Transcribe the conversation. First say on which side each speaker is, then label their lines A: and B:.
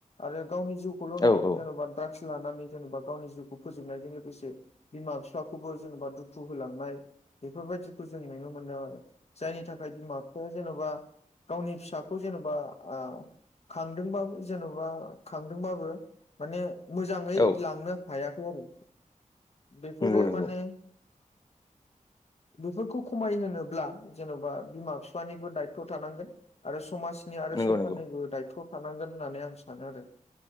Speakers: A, on the left; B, on the left.
A: आरो गावनि जिउखौल'
B: औ
A: नङा
B: औ
A: जेन'बा द्राग्स लानानै जेनेबा गावनि जिउखौ फोजोबनायजों लोगोसे। बिमा फिफाखौबो जेन'बा दुखु होलांनाय। बेफोरबायदिखौ जों नुनो मोनदों आरो जायनि थाखाय बिमा बिफाया जेन'बा। गावनि फिसाखौ जेन'बा आ। खांदोंबाबो जेन'बा खांदोंबाबो माने। मोजाङै
B: औ
A: लांनो हायाखै आरो। बेफोरो
B: नंगौ नंगौ
A: माने। बेफोरखौ खमाय होनोब्ला जेन'बा बिमा फिफानिबो दायथ' थानांगोन। आरो समाजनि आरो
B: नंगौ
A: सरखारनिबो
B: नंगौ
A: दायथ' थानांगोन होननानै आं सानो आरो